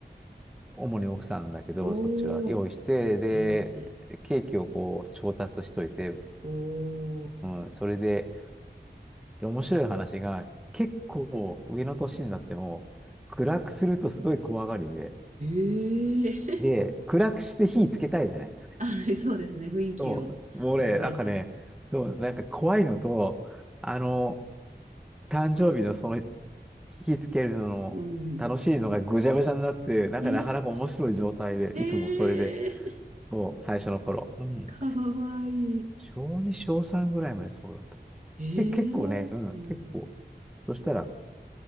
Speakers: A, in the centre; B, on the right.
A: 主に奥さんだけど、
B: おお、
A: そっちは用意して、で、
B: 頑張って。
A: ケーキをこう調達しといて、
B: おお。
A: うん、それで、で、面白い話が、結構上の年になっても、暗くするとすごい怖がりで、
B: ええ
A: で、暗くして火つけたいじゃないですか。
B: <laughs> あ、そうですね。雰囲気を味わいたい。
A: そう、もうね、なんかね、そう、なんか怖いのと、あの、誕生日のその火つけるのの楽しいのがぐちゃぐちゃになって、
B: うん。
A: なんかなかなか面白い状態で、
B: ええええ
A: いつもそれで、そう、最初の頃。うん。
B: <laughs> かわいい。
A: 小2、小3ぐらいまでそうだった。
B: ええうん
A: け、結構ね、うん、結構。そしたら、